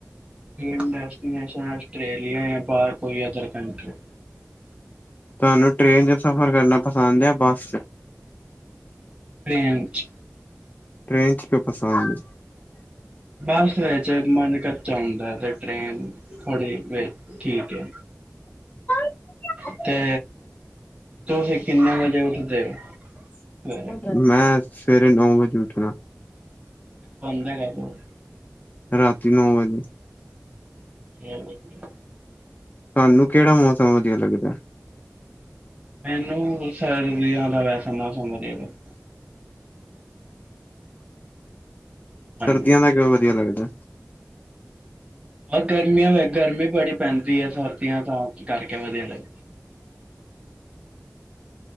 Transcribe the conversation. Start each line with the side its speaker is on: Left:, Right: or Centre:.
Right: ਡ੍ਰੀਮ ਡੈਸਟੀਨੇਸ਼ਨ ਆਸਟ੍ਰੇਲੀਆ ਜਾਂ ਬਾਰ ਕੋਈ ਅਦਰ ਕੰਟਰੀ।
Left: ਤੁਹਾਨੂੰ ਟ੍ਰੇਨ ਚ ਸਫ਼ਰ ਕਰਨਾ ਪਸੰਦ ਐ ਬੱਸ ਚ?
Right: ਟ੍ਰੇਨ ਚ।
Left: ਟ੍ਰੇਨ ਚ ਕਿਓ ਪਸੰਦ ਏ?
Right: ਬੱਸ ਵਿੱਚ ਮਨ ਕੱਚਾ ਹੁੰਦਾ ਤੇ ਟ੍ਰੇਨ ਬੜੇ ਬਾਈ ਠੀਕ ਐ।
Left: <unintelligible>
Right: ਅਤੇ ਤੁਸੀ ਕਿੰਨੇ ਵਜੇ ਉੱਠਦੇ ਓ ਸਵੇਰੇ?
Left: ਏ? ਮੈਂ ਸਵੇਰੇ ਨੌ ਵਜੇ ਉੱਠਣਾ।
Right: ਸੌਂਦੇ ਕਦੋਂ?
Left: ਰਾਤੀ ਨੌ ਵਜੇ।
Right: ਹੂੰ, ਹੋਰ ਵਧੀਆ।
Left: ਤੁਹਾਨੂੰ ਕੇੜਾ ਮੌਸਮ ਵਧੀਆ ਲੱਗਦੈ?
Right: ਮੈਨੂੰ ਸਰਦੀਆਂ ਦਾ ਵੈਸਾ ਮੌਸਮ ਵਧੀਆ ਲੱਗ ਲੱਗਦਾ।
Left: ਸਰਦੀਆਂ ਦਾ ਕਿਓ ਵਧੀਆ ਲੱਗਦਾ?
Right: ਬ ਗਰਮੀਆਂ ਗਰਮੀ ਬੜੀ ਪੈਂਦੀ ਐ ਸਰਦੀਆਂ ਤਾਂ ਕਰਕੇ ਵਧੀਆ ਲੱਗ